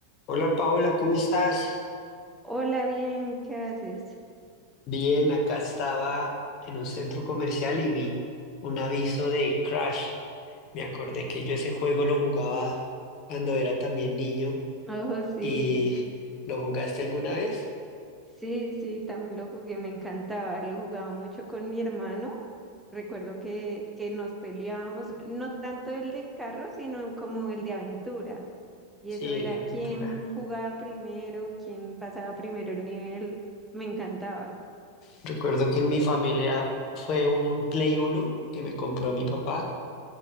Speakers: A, on the left; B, in the centre.
A: Hola Paola, ¿cómo estás?
B: Hola, bien, ¿qué haces?
A: Bien, acá estaba en un centro comercial y vi un aviso de Crash. Me acordé que yo ese juego lo jugaba cuando era también niño
B: Oh, sí,
A: y ¿lo jugaste alguna vez?
B: sí, sí, también lo jugué, me encantaba, lo jugaba mucho con mi hermano. Recuerdo que, que nos peleábamos, no tanto el de carro, sino como el de aventura. Y
A: Sí,
B: eso era
A: el de aventura.
B: quién jugaba primero, quién pasaba primero el nivel. Me encantaba.
A: Recuerdo que en mi familia fue un Play Uno que me compró mi papá